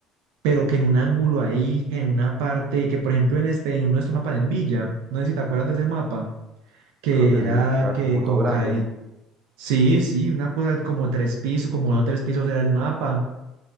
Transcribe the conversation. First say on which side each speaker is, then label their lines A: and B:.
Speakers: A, on the right (about 80°); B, on the right (about 40°).
A: pero que en un ángulo ahí, que en una parte, que por ejemplo en este, en uno de estos mapas en Villa, no sé si te acuerdas de ese mapa, que
B: Creo que
A: era
B: sí, era
A: que
B: como
A: con
B: todo grande.
A: Kai, sí, sí, una cosa como tres pisos, como no tres pisos era el mapa